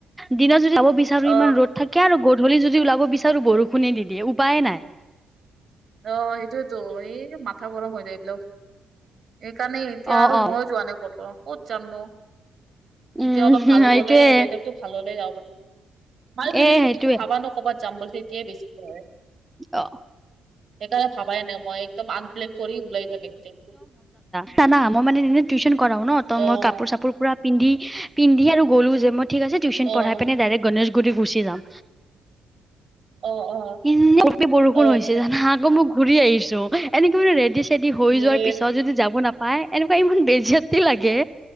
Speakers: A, in the centre; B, on the right (about 40°).
A: দিনত যদি যাব বিচাৰো
B: অ
A: ইমান ৰ'দ থাকে থাকে আৰু গধূলি যদি ওলাব বিচাৰো বৰষুণে দি দিয়ে উপায়ে নাই
B: অ সেইটোয়েতো এই মাথা গৰম হৈ যায় এইবিলাকত এইকাৰণে এতিয়া
A: অ'
B: আৰু
A: অ'
B: মই যোৱা নে ক'তো যাম ন
A: উম
B: ইতিয়াবা
A: সেইটোয়ে
B: ভাল হ'লে ৱেদাৰটো ভাল হলে যাব পাৰিব। মানে তুমি
A: এ
B: যদি
A: সেইটোয়ে
B: ভাবা ন ক'বাত যাম বুলি তেতিয়াই বেছি হয়
A: অ।
B: সেইকাৰণে ভাবাই নাই মই একদম আনপ্লেন কৰি ওলাই যাম একদ।
A: চানা মই মানে টিউচন কৰাও ন ত
B: অ',
A: মই কাপোৰ -চাপোৰ পুৰা। পিন্ধি পিন্ধি আৰু গ'লো যে মই ঠিক আছে টিউশচন
B: অ',
A: পঢ়াই পিনে ডাইৰেক্ট গণেশগুৰিত গুচি যাম।
B: অ অ।
A: উম বৰষুণ
B: অ',
A: হৈছে
B: আচ্ছা
A: জানা আকৌ মই ঘূৰি আহিছো এনেকে মানে ৰেডী চেডী হৈ
B: ইয়ে
A: যোৱাৰ পিছত যদি যাব নাপায় এনেকুৱা ইমান বেজিয়াতি লাগে।